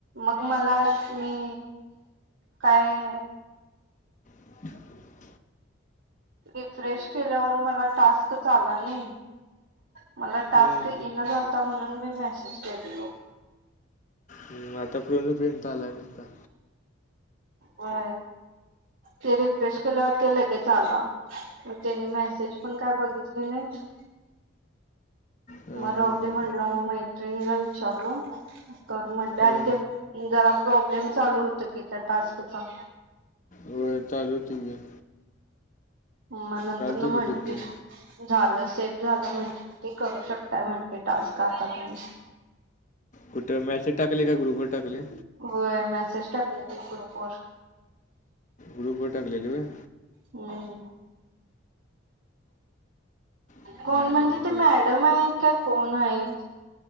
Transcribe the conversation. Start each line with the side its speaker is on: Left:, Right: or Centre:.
Right: मग मला मी काय?
Left: <unintelligible>
Right: रिफ्रेश केल्यावर मला टास्कच आला नि.... मला टास्क
Left: हां
Right: येणं झालता म्हणून मी मेसेज केली हो....
Left: हम् आता फोन अ फ्रेंड आलाय नसता...
Right: व ते रिफ्रेश केल्यावरती लगेच आला.... मग त्यानी मेसेज पण काय बघितले नाहीत..
Left: हां,
Right: मग राहू दे म्हणल मग मैत्रिणीला विचारल कर म्हणले
Left: हां
Right: आणि ते... जरा प्रॉब्लेम चालू होत की त्या टास्कचा....
Left: हो ताज होती आहे...
Right: म नंतर ना
Left: तो
Right: म्हटली...
Left: कुठं ते
Right: झालं सेफ झालं म्हण ते करू शकताय म्हणते टास्क आता तुम्ही
Left: कुठं मॅसेज टाकले का ग्रुप वर टाकले
Right: होय मॅसेज टाकलेली कपर
Left: ग्लुकोड टाकलेलेय
Right: हम्म
Left: हम्म,
Right: कोण म्हणजे ते मॅडम आहेत का कोण आहेत